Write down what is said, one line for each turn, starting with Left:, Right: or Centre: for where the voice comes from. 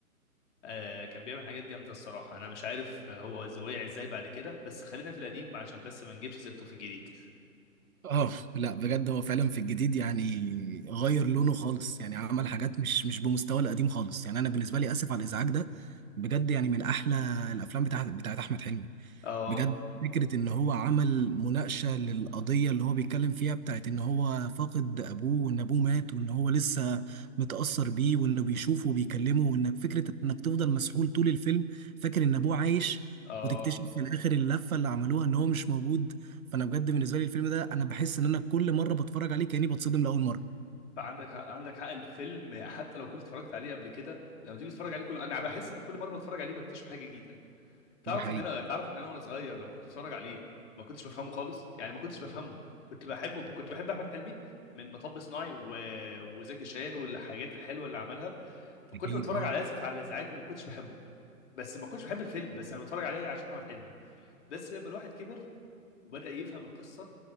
Left: آه كان بيعمل حاجات جامدة الصراحة أنا مش عارف هو ز- وقع إزاي بعد كده بس خلينا في القديم عشان بس ما نجيبش سيرته في الجديد
Right: اه لا بجد هو فعلا في الجديد يعني غير لونه خالص يعني عمل حاجات مش مش بمستوى القديم خالص يعني انا بالنسبه لي اسف على الازعاج ده بجد يعني من احلى الافلام بتاعت بتاعت احمد حلمي
Left: اه
Right: بجد فكرة إن هو عمل مناقشة للقضية اللي هو بيتكلم فيها بتاعت إن هو فاقد أبوه وإن أبوه مات وإن هو لسه متأثر بيه وإنه بيشوفه وبيكلمه وإنك فكرة إنك تفضل مسحول طول الفيلم فاكر إن أبوه عايش
Left: اه
Right: وتكتشف في الآخر اللفة اللي عملوها إن هو مش موجود فأنا بجد بالنسبة لي الفيلم ده أنا بحس إن أنا كل مرة بتفرج عليه كأني بتصدم لأول مرة
Left: فعندك حق عندك حق الفيلم حتى لو كنت اتفرجت عليه قبل كده لما تيجي تتفرج عليه كله انا بحس ان كل مره بتفرج عليه بكتشف حاجه جديده تعرف
Right: ده حقيقي
Left: ان انا تعرف ان انا وانا صغير لما كنت بتفرج عليه ما كنتش بفهمه خالص يعني ما كنتش بفهمه كنت بحبه كنت بحب احمد حلمي من مطب صناعي و... وزكي شان والحاجات الحلوه اللي عملها فكنت
Right: أكيد
Left: بتفرج
Right: أه
Left: على اسف على الازعاج وما كنتش بحبه بس ما كنتش بحب الفيلم بس انا بتفرج عليه عشان احمد حلمي بس لما الواحد كبر وبدا يفهم القصه